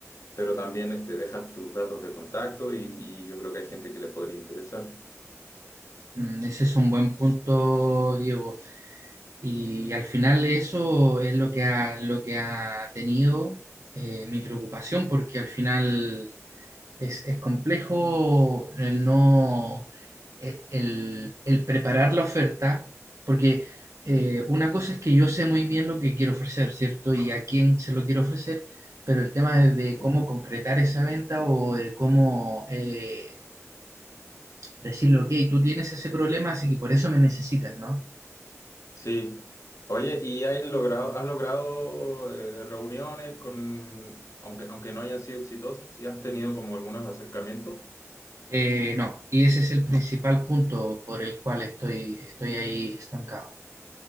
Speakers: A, on the left (about 75°); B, on the right (about 75°).
A: pero también este, dejas tus datos de contacto y, y yo creo que hay gente que le podría interesar.
B: Mm, Ese es un buen punto, Diego. Y al final eso es lo que ha, lo que ha tenido eh, mi preocupación, porque al final Es, es complejo el no, eh, el, el preparar la oferta, porque eh,
A: Mm,
B: una cosa es que yo sé muy bien lo que quiero ofrecer, ¿cierto? Y a quién se lo quiero ofrecer, pero el tema es de
A: Sí.
B: cómo concretar esa venta o de cómo eh, decirle, ok, tú tienes ese problema, así que por eso me necesitas, ¿no?
A: Sí. Oye, ¿y has logrado, has logrado eh, reuniones con, aunque, aunque no hayan sido exitosas, y has tenido como algunos acercamientos?
B: Eh, no, y ese es el principal punto por el cual estoy, estoy ahí estancado.